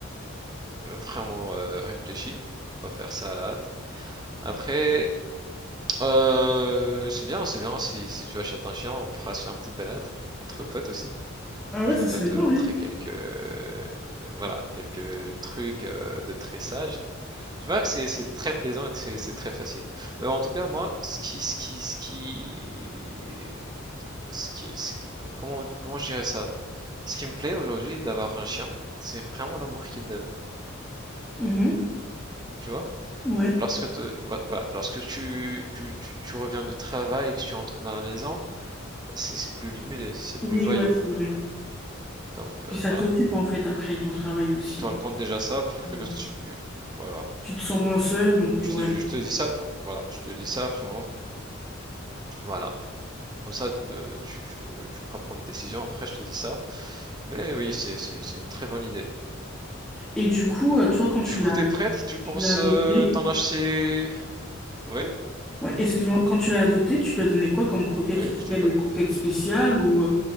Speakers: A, on the right; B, in the centre.
A: vraiment euh, réfléchies. Faut pas faire ça à la hâte. Après, euh, c'est bien, c'est bien. Si, si tu achètes un chien, on pourra se faire une petite balade entre potes aussi.
B: Ah
A: Je
B: ouais, ça
A: pourrais
B: serait
A: te
B: bien,
A: montrer
B: oui.
A: quelques, euh, voilà, quelques trucs euh, de tressage. Tu vois que c'est c'est très plaisant et c'est c'est très facile. Mais en tout cas, moi, ce qui, ce qui, ce qui, ce qui, ce qui- comment, comment je dirais ça? Ce qui me plaît aujourd'hui d'avoir un chien, c'est vraiment l'amour qu'il donne.
B: Mhm.
A: Tu vois?
B: Ouais.
A: Lorsque te- voilà, lorsque tu, tu, tu, tu reviens du travail et que tu entres dans la maison, c'est, c'est plus limulé, c'est plus
B: Oui,
A: joyeux.
B: ouais, c'est vrai.
A: Donc,
B: Puis
A: euh,
B: ça
A: voilà.
B: t'occupe en fait après ton travail aussi.
A: Je te raconte déjà ça pour
B: Mm.
A: que tu, voilà.
B: Tu te sens moins seul, donc
A: Je
B: euh, ouais.
A: te, je te dis ça pour- voilà. Je te dis ça vraiment, voilà. Comme ça, te- tu, tu, tu pourras prendre une décision après, je te dis ça. Mais oui, c'est, c'est, c'est une très bonne idée.
B: Et du coup, euh, toi, quand tu
A: Du coup,
B: l'as
A: t'es prête? Tu penses
B: tu l'as adopté,
A: euh, t'en acheter... Ouais,
B: ouais, excuse-moi, quand tu l'as adopté, tu lui as donné quoi comme croquette?
A: ouais,
B: Est-ce
A: je
B: qu'il
A: t'écoute.
B: y a des croquettes spéciales ou,